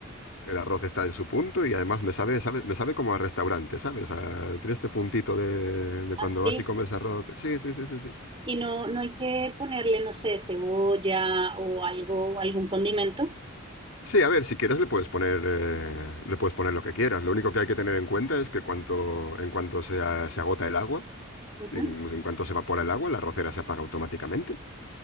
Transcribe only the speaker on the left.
El arroz está en su punto y además me sabe, sabe- me sabe como a restaurante, ¿sabes? A- tiene este puntito de, de cuando
vas y comes arroz. Sí, sí, sí, sí, sí.
Sí, a ver, si quieres le puedes poner, eh, le puedes poner lo que quieras. Lo único que hay que tener en cuenta es que cuanto, en cuanto se, a- se agota el agua,
en, en cuanto se evapora el agua, la rocera se apaga automáticamente.